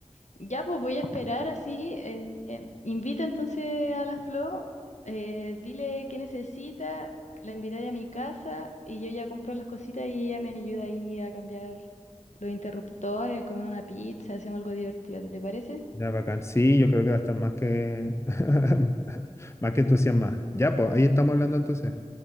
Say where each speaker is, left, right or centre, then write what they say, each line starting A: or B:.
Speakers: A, on the left; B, on the left.
A: Ya, pues voy a esperar así. eh, eh, invita entonces a la Flo, eh, dile qué necesita, la invitaré a mi casa y yo ya compro las cositas y ella me ayuda ahí a cambiar los interruptores, comer una pizza, hacemos algo divertido, ¿te parece?
B: Ya, bacán. Sí, yo creo que va a estar más que, <laughs> más que entusiasmada. Ya, pues, ahí estamos hablando entonces.